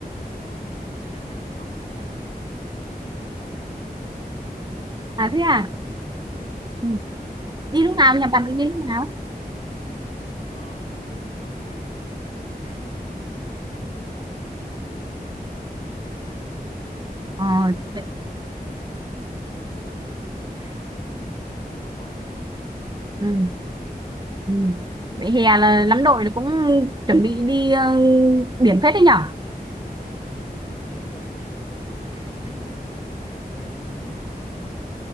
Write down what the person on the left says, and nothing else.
cũng chia sẻ với cậu ấy là nhà tớ cũng định đi Hạ Long đấy kiểu như thế
ừ
kiểu
như
vậy
tại vì
kiểu
cái
ờ, chắc là cũng kiểu mùa hè năm nay hè là kiểu công ty tớ là kiểu được nghỉ ba ngày mà đấy là kiểu mình sẽ thu xếp thôi
kiểu ờ,
mình sẽ ờ, chuẩn bị xe xong rồi mình ờ, tự túc thôi kiểu thế
đi tự túc thôi
ừ thì ờ, nhà mình xong rồi mình sẽ kết hợp với cả kiểu nhà của các ờ, chị vợ